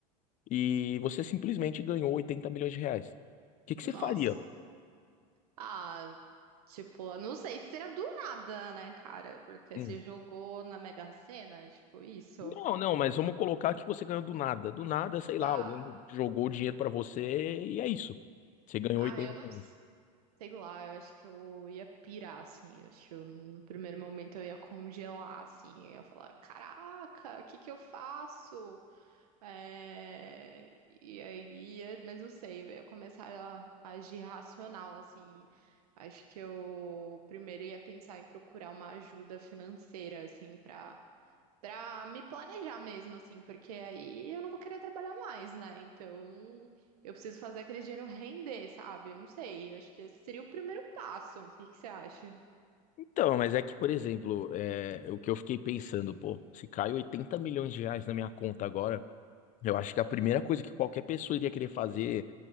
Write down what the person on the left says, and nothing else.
e você simplesmente ganhou 80 milhões de reais. O que que
você faria?
Hum.
Não, não, mas vamos colocar que você ganhou do nada. Do nada, sei
lá, alguém jogou o dinheiro pra você e é isso. Você ganhou
80
milhões.
Então, mas é que, por exemplo, é, o que eu fiquei pensando, pô, se cai 80 milhões de reais na minha conta agora, eu acho que a primeira coisa que qualquer pessoa iria querer fazer